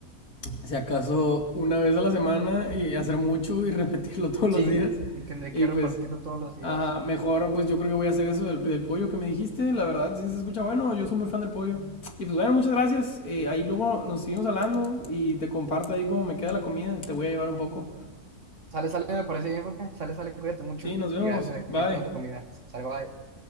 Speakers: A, on the left (about 75°); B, on the right (about 55°).
A: si acaso, una vez a la semana y hacer mucho y repetirlo <laughs> todos
B: Sí,
A: los días.
B: y tendré
A: Y
B: que
A: pues
B: repartirlo todos los días.
A: Ajá, mejor, pues yo creo que voy a hacer eso del, del pollo que me dijiste. La verdad, sí se escucha bueno. Yo soy muy fan del pollo. Y pues bueno, muchas gracias. eh, ahí luego nos seguimos hablando y te comparto ahí cómo me queda la comida. Te voy a llevar un poco.
B: Sale, sale, me parece bien, Jorge. Sale, sale, cuídate mucho.
A: Sí, nos vemos.
B: Y gracias,
A: Bye.
B: aquí espero tu comida. Sale, bye.